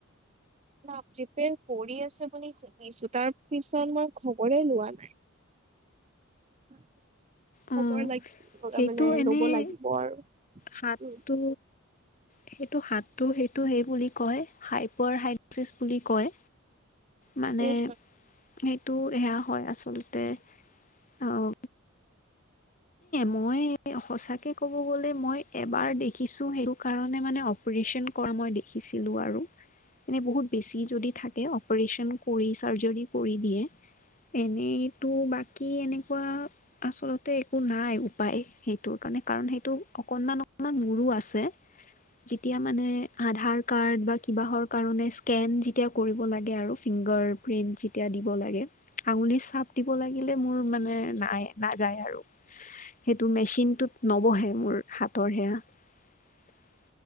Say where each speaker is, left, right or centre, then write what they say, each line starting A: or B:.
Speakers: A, on the right; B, on the left.
A: <unintelligible> পৰি আছে বুলি শুনিছো তাৰ পিছত মই খবৰে লোৱা নাই। খবৰ
B: অ'
A: <unintelligible>
B: সেইটো
A: মানে
B: এনেই,
A: ল'ব লাগিব আৰু
B: হাতটো
A: উম
B: সেইটো হাতটো সেইটো সেই বুলি কয়, হাইপাৰ হাইিচ বুলি কয়। মানে
A: এই
B: সেইটো সেয়া হয় আচলতে। আহ মই সঁচাকে ক'ব গ'লে মই এবাৰ দেখিছো সেইটো কাৰণে মানে অপাৰচন মই দেখিছিলো আৰু এনে বহুত বেছি যদি থাকে অপাৰচন কৰি চাৰ্জী কৰি দিয়ে। এনেইতো বাকী এনেকুৱা আচলতে একো নাই উপায় সেইটো কাৰণে, কাৰণ সেইটো অকনমান অকমান মোৰো আছে। তেতিয়া মানে আধাৰ কাৰ্ড বা কিবাহৰ কাৰণে স্কেন যেতিয়া কৰিব লাগে আৰু ফিংগাৰ ফিন যেতিয়া দিব লাগে। আঙুলি চাপ দিব লাগিলে মোৰ মানে নাই নাযায় আৰু। সেইটো মেচিনটোত নবহে মোৰ হাতৰ সেয়া।